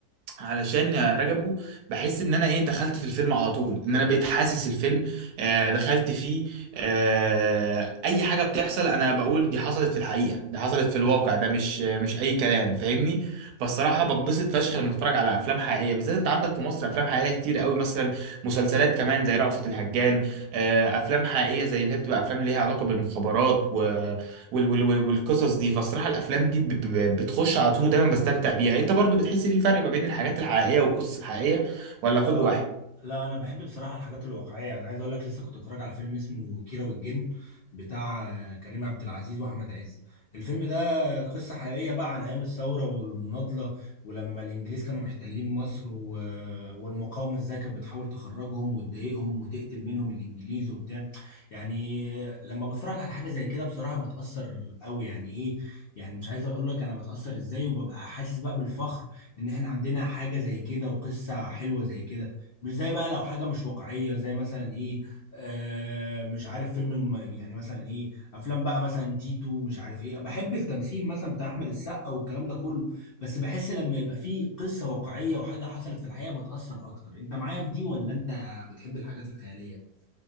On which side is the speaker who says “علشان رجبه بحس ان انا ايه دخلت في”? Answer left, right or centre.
Right